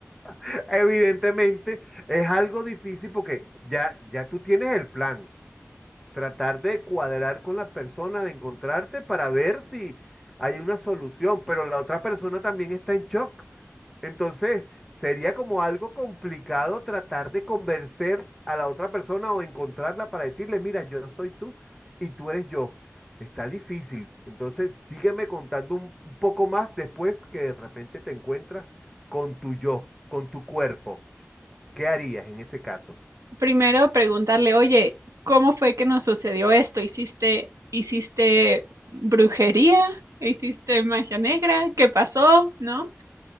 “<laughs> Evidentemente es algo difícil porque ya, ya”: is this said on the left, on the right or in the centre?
Centre